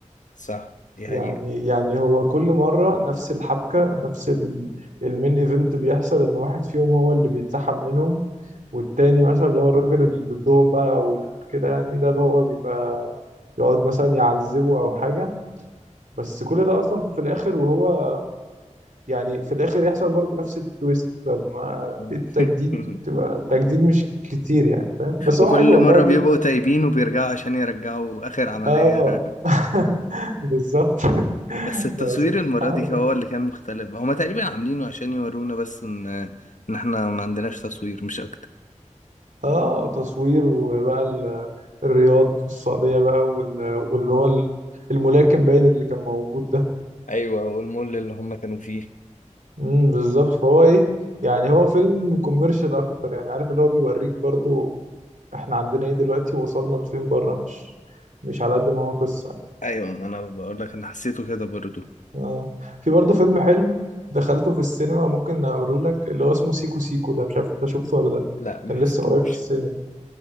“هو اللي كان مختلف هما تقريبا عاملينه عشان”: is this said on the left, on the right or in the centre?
Left